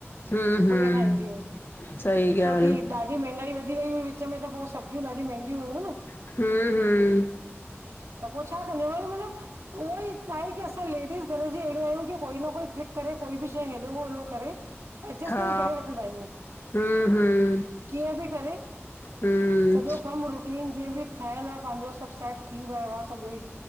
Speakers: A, on the left; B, on the right.
A: हम्म हम्म
B: इअं ठाहींदी हुई
A: सही
B: छोकी
A: ॻाल्हि
B: ॾाढी महंगाई वधी वई हुई विच में त पो सब्जियु ॾाढी महंगी हुयूं न।
A: हम्म हम्म
B: त पो छा कंदे मण मतलब उहो ई छाहे की असां लेडीस घर जी अहिड़ियूं आहियूं कि कोई न कोई ट्रिक करे कोई बि शइ हेॾो होॾो करे एडजेस्टमेंट
A: हा
B: करे वठंदा आहियूं,
A: हम्म हम्म
B: कीअं बि करे
A: हम्म
B: सॼो कम रुटीन जीअं बि ठयल आ पांजो सभ सेट थी वयो आ सॼो ई